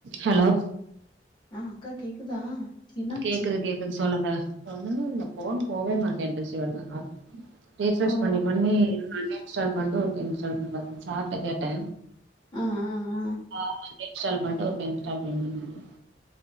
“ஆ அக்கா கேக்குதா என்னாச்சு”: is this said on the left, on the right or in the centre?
Left